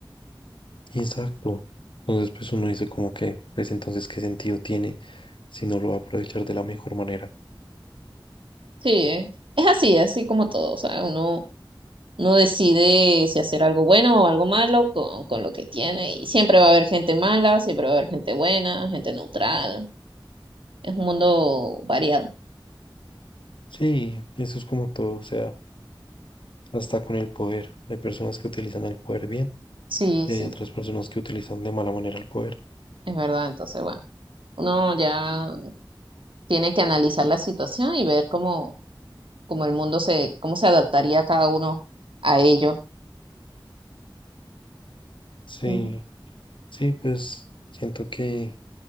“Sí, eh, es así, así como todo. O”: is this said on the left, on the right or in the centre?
Right